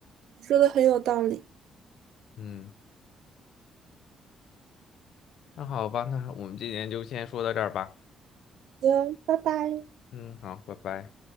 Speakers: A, on the right (about 75°); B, on the left (about 70°).
A: 你说的很有道理。
B: 嗯，那好吧，那我们今天就先说到这儿吧。
A: 好的拜拜。
B: 嗯，好，拜拜。